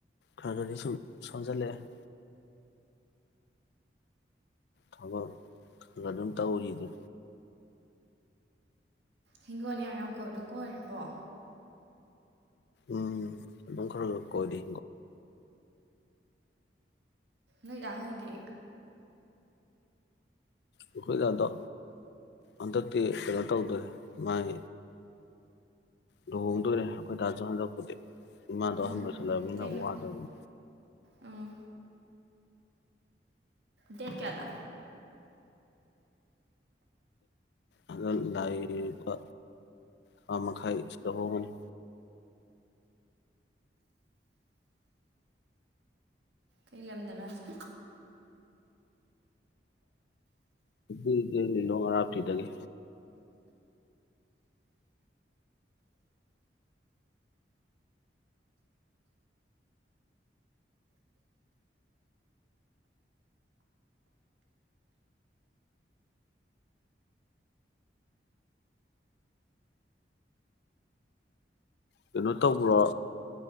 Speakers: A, on the left; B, on the right.
A: ꯈꯔꯗꯗꯤ ꯁꯨꯝ ꯁꯣꯟꯖꯜꯂꯛꯑꯦ ꯊꯕꯛ ꯀꯥꯑꯗꯨꯝ ꯇꯧꯔꯤꯗ
B: ꯍꯤꯡꯒꯣꯜ ꯌꯥꯝ ꯌꯥꯝ ꯀꯣꯏꯕꯗꯣ ꯀꯣꯏꯔꯤꯕꯣ
A: ꯎꯝ ꯑꯗꯨꯝ ꯈꯔ ꯈꯔ ꯀꯣꯏꯔꯤ
B: ꯅꯣꯏꯗꯥꯥ ꯍꯣꯏꯗꯤ
A: ꯑꯩꯈꯣꯏꯗ ꯑꯗꯥꯗꯣ ꯍꯟꯗꯛꯇꯤ ꯀꯩꯅꯣ ꯇꯧꯗ꯭ꯔꯦ ꯃꯥꯏ ꯂꯨꯍꯣꯡꯗꯣꯏꯔꯦ ꯑꯩꯈꯣꯏ ꯍꯟꯗꯛꯄꯨꯗꯤ ꯏꯃꯥꯗꯣ ꯍꯟ
B: ꯎꯝ
A: ꯑꯣꯏꯣꯏꯁꯤꯜꯂꯕꯅꯤꯅ
B: ꯀꯩꯅꯣ
A: ꯋꯥꯗꯕꯅꯤ
B: ꯎꯝ ꯗꯦꯠ ꯀꯥꯌꯥꯗ
A: ꯑ ꯂꯥꯏ ꯂꯨꯄꯥ ꯊꯥ ꯃꯈꯥꯏ ꯇꯧꯍꯣꯡꯒꯅꯤ
B: ꯀꯩ ꯂꯝꯗꯅꯣ ꯍꯥꯏꯁꯦ
A: ꯅꯨꯄꯤ ꯂꯤꯂꯣꯡ ꯃꯔꯥꯞꯇꯤ ꯇꯒꯦ ꯀꯩꯅꯣ ꯇꯧꯕ꯭ꯔꯣ